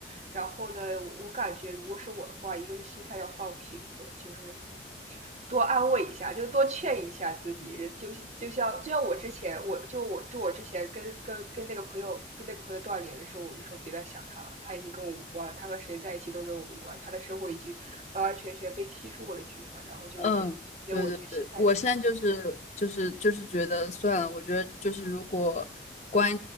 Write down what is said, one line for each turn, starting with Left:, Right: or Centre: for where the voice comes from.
Right: 然后呢，我感觉如果是我的话，一个是心态要放平和，就是多安慰一下，就多劝一下自己。就就像就像我之前，我就我就我之前跟跟跟那个朋友跟那个朋友断联的时候，我就说别再想他了，他已经跟我无关了，他和谁在一起都跟我无关，他的生活已经完完全全被踢出我的局了。然后就是这，
Left: 嗯，
Right: 首先我就心态，
Left: 对对对，我现在就是就是就是觉得算了，我觉得就是如果观